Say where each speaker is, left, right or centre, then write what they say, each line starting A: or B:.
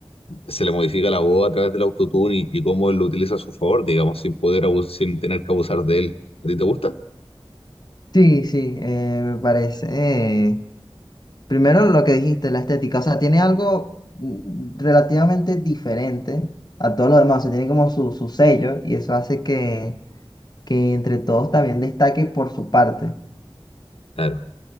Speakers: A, on the left; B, on the left.
A: se le modifica la voz a través del autotune y, y cómo él lo utiliza a su favor, digamos, sin poder abus- sin tener que abusar de él. ¿A ti te gusta?
B: Sí, sí, eh, me parece. eh, primero lo que dijiste, la estética, o sea, tiene algo mm, relativamente diferente a todo lo demás, o sea, tiene como su, su sello y eso hace que, que entre todos también destaque por su parte.
A: Claro.